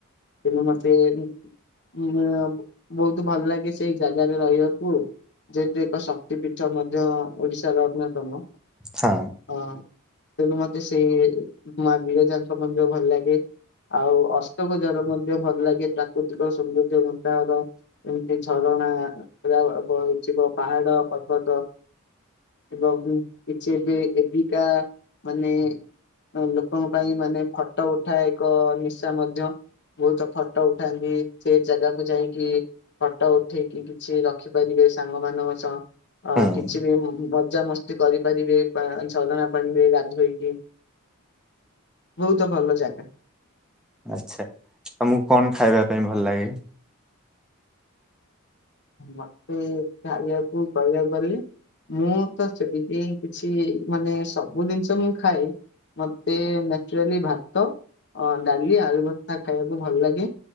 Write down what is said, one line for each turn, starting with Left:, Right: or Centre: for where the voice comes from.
Left: ତୁମେ ମତେ ଉ ବହୁତ ଭଲ ଲାଗେ ସେଇ ଜାଗାରେ ରହିବାକୁ ଯେହତୁ ଏକ ଶକ୍ତି ପୀଠ ମଧ୍ୟ ଓଡିଶାର ଅନ୍ୟତମ।
Centre: ହଁ,
Left: ଅ ତେଣୁ ମତେ ସେଇ ମହାବୀରଜାଙ୍କ ମନ୍ଦିର ଭଲ ଲାଗେ। ଆଉ ଅଶୋକଝର ମଧ୍ୟ ଭଲ ଲାଗେ ପ୍ରାକୃତିକ ସୌନ୍ଦର୍ଯ୍ୟ ଗନ୍ତାଘର ଏମତି ଝର ରଣା ପୁରା ହେଇଛିିବ ପାହାଡ ପର୍ବତ ଏବଂ କିଛି ଏବେ ଏବିକା ମାନେ ଲୋକଙ୍କ ପାଇଁ ମାନେ ଫଟ ଉଠା ଏକ ନିଶା ମଧ୍ୟ। ବହୁତ ଫଟ ଉଠାନ୍ତି ସେ ଜାଗାକୁ ଯାଇକି ଫ ଟ ଉଠେଇକି କିଛି ରଖିପାରିବେ ସାଙ୍ଗ ମାନଙ୍କ ସହ ଅ
Centre: ହୁଁ
Left: କିଛି ବି ପୂଜା ମସ୍ତି କରିପାରିବେ ଝରଣା ପାଣିରେ ଗାଧେଇକି। ବହୁତ ଭଲ ଜାଗା।
Centre: ଆଛା ତମକୁ କଣ ଖାଇବା ପାଇଁ ଭଲ ଲାଗେ?
Left: ମତେ ଖାଇବାକୁ କଇବାକୁ ଗଲେ ମୁଁ ତ ସେମିତି କିଛି ମାନେ ସବୁ ଜିନିଷ ମୁଁ ଖାଏ। ମତେ ନ୍ୟାଚୁରାଲି ଭାତ ଡାଲି ଆଳୁ ଭରତା ଖାଇବାକୁ ଭଲ ଲାଗେ।